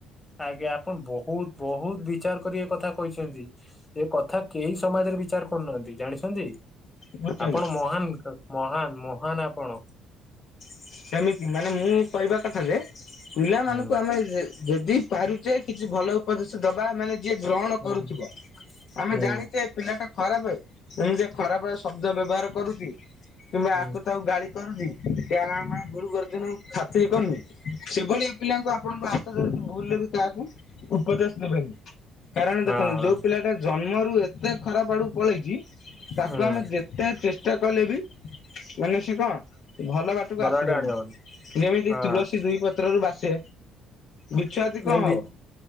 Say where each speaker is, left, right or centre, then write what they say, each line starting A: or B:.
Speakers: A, on the left (about 20°); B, on the left (about 60°).
A: ଆଜ୍ଞା ଆପଣ ବହୁତ ବହୁତ ବିଚାର କରି ଏ କଥା କହିଛନ୍ତି। ଏ କଥା କେହି ସମାଜରେ ବିଚାର କରୁନାହାଁନ୍ତି ଜାଣିଛନ୍ତି
B: ବୁଝୁଛନ୍ତି
A: ଆପଣ ମହାନ। ମହାନ ମହାନ ଆପଣ।
B: ସେମିତି ମାନେ ମୁଁ କହିବା କଥା ଯେ ପିଲାମାନଙ୍କୁ
A: ହୁଁ
B: ଆମେ ଯେ ଯେଦି ପାରୁଚେ କିଛି ଭଲ ଉପଦେଶ ଦବା ମାନେ ଯିଏ ଗ୍ରହଣ
A: ହୁଁ
B: କରୁଥିବ
A: ହୁଁ।
B: ଆମେ
A: ହୁଁ
B: ଜାଣିଚେ ପିଲାଟା ଖରାପେ। ଏମିତିଆ ଖରାପ ଶବ୍ଦ ବ୍ୟବହାର କରୁଚି କିମ୍ବା
A: ହୁଁ
B: ଆକୁ ତାକୁ ଗାଳି କରୁଚି ଗୁରୁ ଗୁରୁଜନକୁ ଖାତିରି କରୁନି ସେଭଳିଆ ପିଲାଙ୍କୁ ଆପଣଙ୍କ ହାତ ଧରିକି ଭୁଲରେେ ବି କାହାକୁ ଉପଦେଶ ଦେବେନି କାରଣ
A: ହଁ
B: ଦେଖନ୍ତୁ
A: ହଁ
B: ଯୋଉ ପିଲାଟା ଜନ୍ମରୁ ଏତେ ଖରାପ ଆଡ଼କୁ ପଳେଇଛି ତାକୁ
A: ହୁଁ
B: ଆମେ ଯେତେ ଚେଷ୍ଟା କଲେ ବି ମାନେ ସି କଣ ଭଲ ବାଟକୁ ଆସିବନି
A: ବାଟେ ଆଣିବ ମାନେ
B: ଯେମିତି
A: ହଁ
B: ତୁଳସୀ ଦୁଇ ପ ପତ୍ର ରୁ ବାସେ ବିଛୁଆତି କଣ
A: ନାଇଁ ବି
B: ହବ?